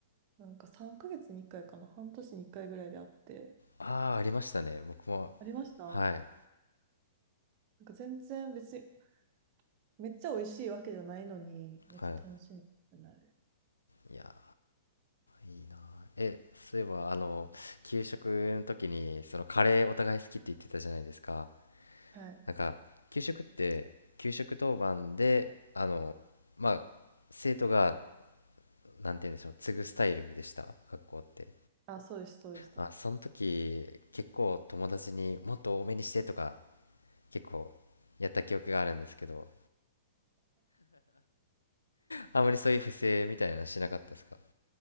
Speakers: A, on the right; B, on the left.
A: なんか3ヶ月に1回かいかな、半年に1回ぐらいであって、
B: ああーありましたね僕も
A: ありましたな
B: はい
A: んか全然別に、めっちゃ美味しいわけじゃないのに、めっちゃ楽しみになる。
B: はいいやーいいなーえそういえばあの給食の時にそのカレーお互い好きって言ってたじゃないですか
A: はい。
B: なんか給食って給食当番であのまあ生徒がなんて言うんでしょう継ぐスタイルでした学校って
A: あ、そうです、そうでした。
B: あ、その時結構友達にもっと多めにしてとか結構やった記憶があるんですけどあまりそういう不正みたいなのしなかったですか